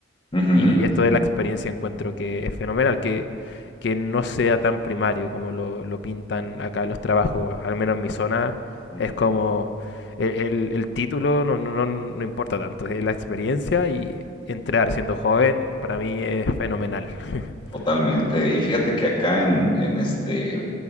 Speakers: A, on the left; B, on the left.
A: ujú,
B: y esto de la experiencia encuentro que es fenomenal, que, que no sea tan primario como lo, lo pintan acá los trabajos, al menos en mi zona,
A: ujú,
B: es como el, el- el título no, no, no, no importa tanto, es la experiencia y entrar siendo joven para mí es fenomenal. <laughs>
A: Totalmente. Y fíjate que acá en, en este,